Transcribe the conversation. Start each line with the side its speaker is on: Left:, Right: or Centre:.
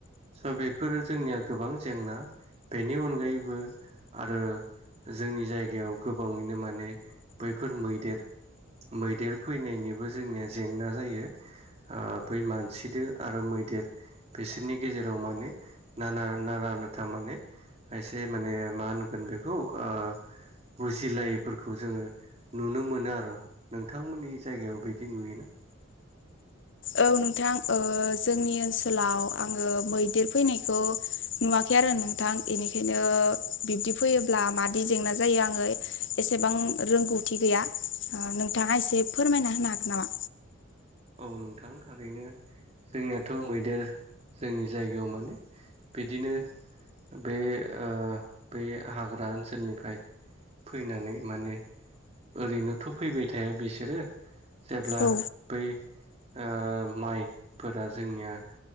Right: स' बेफोरो जोंनिया गोबां जेंना बेनि अनगायैबो आरो जोंनि जायगायाव गोबाङैनो माने बैफोर मैदेर मैदेर फैनायनिबो जोंनिया जेंना जायो। ओ बै मानसिदो आरो मैदेर बिसोरनि गेजेराव माने नाना नारा नाथा माने खायसे माने मा होनगोन बेखौ ओ बुजिलायैफोरखौ जोङो नुनो मोनो आर' नोंथांमोननि जायगायाव बिदि नुयोना?
Left: औ नोंथां ओ जोंनि ओनसोलाव आङो मैदेर फैनायखौ नुवाखै आरो नोंथां इनिखायनो बिब्दि फैयोब्ला मादि जेंना जायो आङो एसेबां रोंगौथि गैया ओ नोंथाङा एसे फोरमायना होनो हागोन नामा?
Right: औ नोंथां थारैनो। जोंनियाथ' मैदेर जोंनि जायगायाव माने बिदिनो बे ओ बे हाग्रा ओनसोलनिफ्राय फैनानै माने ओरैनोथ' फैबाय थाया बिसोरो जेब्ला
Left: औ
Right: बै ओ माइफोरा जोंनिया